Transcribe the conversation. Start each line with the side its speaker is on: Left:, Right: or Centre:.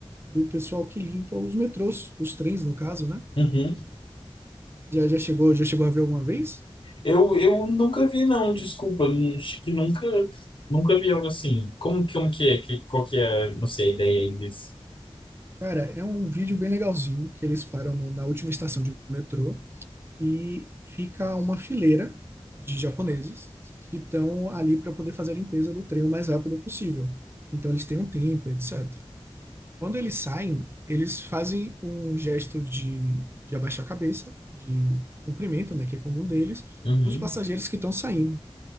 Right: do pessoal que limpa os metrôs, os trens, no caso, né?
Left: Uhum.
Right: Já, já chegou, já chegou a ver alguma vez?
Left: Eu, eu nunca vi, não, desculpa, não- acho que nunca, nunca vi algo assim. Como, que- como que é? Que, qual que é, não sei, a ideia aí disso?
Right: Cara, é um vídeo bem legalzinho que eles param no- na última estação de metrô e fica uma fileira de japoneses que estão ali para poder fazer a limpeza do trem o mais rápido possível. Então eles têm um tempo, etc. Quando eles saem, eles fazem um gesto de, de abaixar a cabeça, de cumprimento, né, que é comum deles,
Left: Uhum.
Right: para os passageiros que estão saindo,